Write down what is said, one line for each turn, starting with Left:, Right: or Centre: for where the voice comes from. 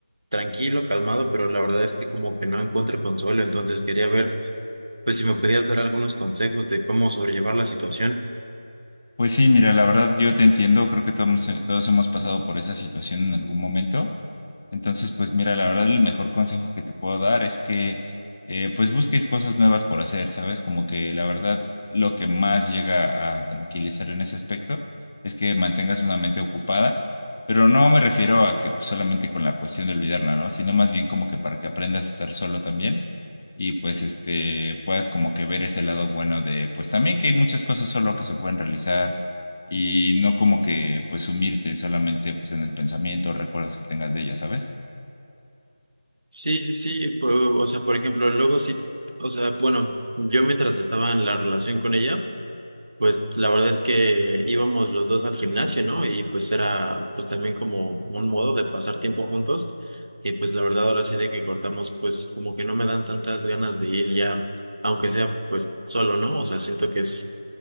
Right: tranquilo calmado pero la verdad es que que como que no encuentro consuelo entonces quería ver Pues si me podías dar algunos consejos de cómo sobrellevar la situación.
Left: Pues sí, mira, la verdad yo te entiendo, creo que todos, eh, todos hemos pasado por esa situación en algún momento. Entonces, pues mira, la verdad el mejor consejo que te puedo dar es que eh, pues busques cosas nuevas por hacer, ¿sabes? Como que la verdad lo que más llega a tranquilizar en ese aspecto es que mantengas una mente ocupada, pero no me refiero a que pues, solamente con la cuestión de olvidarla, ¿no? Sino más bien como que para que aprendas a estar solo también y pues este puedas como que ver ese lado bueno de pues también que hay muchas cosas solo que se pueden realizar y no como que pues sumirte solamente pues en el pensamiento, recuerdos que tengas de ella, ¿sabes?
Right: Sí, sí, sí, po- o sea, por ejemplo, luego sí, o sea, bueno, yo mientras estaba en la relación con ella, pues la verdad es que íbamos los dos al gimnasio, ¿no? Y pues era pues también como un modo de pasar tiempo juntos y pues la verdad ahora sí de que cortamos, pues como que no me dan tantas ganas de ir ya, aunque sea pues solo, ¿no? O sea, siento que es,